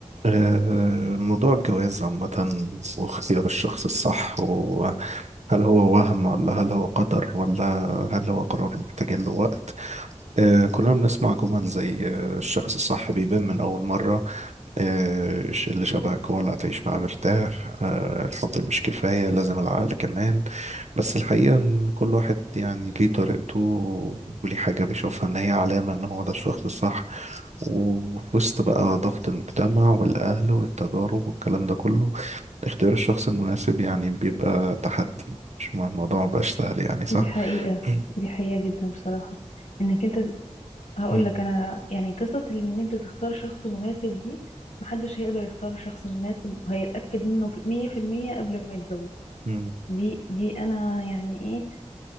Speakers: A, on the right; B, on the left.
A: آه، موضوع الجواز عامة واختيار الشخص الصح وهل هو وهم ولا هل هو قدر ولا هل هو قرار محتاج له وقت آه، كلنا بنسمع جمل زي آه، الشخص الصح بيبان من أول مرة آه، اللي شبهك هو اللي هتعيش معاه مرتاح آه، الحب مش كفاية لازم العقل كمان بس الحقيقة إن كل واحد يعني ليه طريقته وليه حاجة بيشوفها إن هي علامة إن هو ده الشخص الصح وفي وسط بقى ضغط المجتمع والأهل والتجارب والكلام ده كله اختيار الشخص المناسب يعني بيبقى تحدي مش الموضوع مبقاش سهل يعني صح؟
B: دي حقيقة
A: مم.
B: دي حقيقة جدا بصراحة انك انت هقول
A: مم.
B: لك انا يعني قصة ان انت تختار شخص مناسب دي محدش هيقدر يختار شخص مناسب وهيتأكد منه في مية في المية قبل ما يتجوز
A: مم.
B: دي دي انا يعني ايه